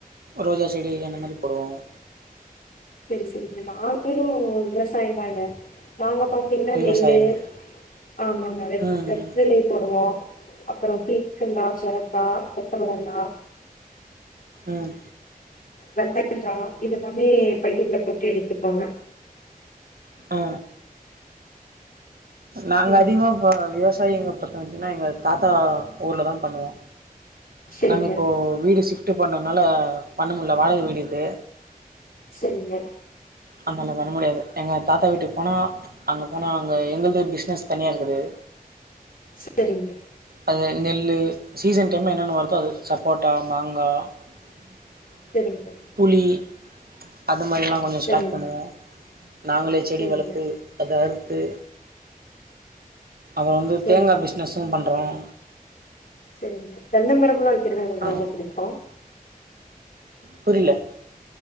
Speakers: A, on the right; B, on the left.
A: ரோஜா செடி அந்த மாரி போடுவாங்க
B: சரி சரிங்க நாங்களும் விவசாய தாங்க நாங்கப்பாத் கில்ல
A: விவசாயம்
B: நெல்லு ஆமாங்க வெத்
A: ம்
B: வெத்தலை போடுவோம் அப்றோம் கீ ங்கா சுரக்கா கொத்தவரங்கா
A: உம்
B: வெந்தரிக்கா இதெல்லாமே பையில போட்டு எடுத்துப்பாங்க
A: ஆ நாங்க
B: ம்
A: அதிகமா போட்ற விவசாயிங்க பத்த வச்சீங்கன்னா எங்க தாத்தா ஊர்ல தா பண்ணுவோ
B: செரிங்க
A: நாங்க இப்போ வீடு ஷிஃப்டு பண்றதுனால பண்ண முடில வாடக வீடு இது
B: சரிங்க
A: அதனால வர முடியாது எங்க தாத்தா வீட்டுக்கு போனா அங்க போன அங்க எங்கது பிசினஸ் தனியா இருக்குது
B: சரிங்க
A: அது நெல்லு சீசன் டைம்ல என்னென்னு வருதோ அது சப்போட்டா மாங்கா <inaudible>
B: சரிங்கா
A: புளி அந்த மாரியெல்லா கொஞ்சோம்
B: செரிங்க
A: ஸ்டாட் பண்ணுவோ நாங்களே செடி
B: செரிங்க
A: வளத்து அத அறுத்து அவ வந்து
B: செரிங்க
A: தேங்காய் பிஸ்னஸூம் பண்றோம்
B: சேரிங்க தென்னைமரம் எல்லாம் வக்கிறது எங்களுக்கு
A: ஆ
B: ரொம்ப பிடிக்கும்
A: புரியல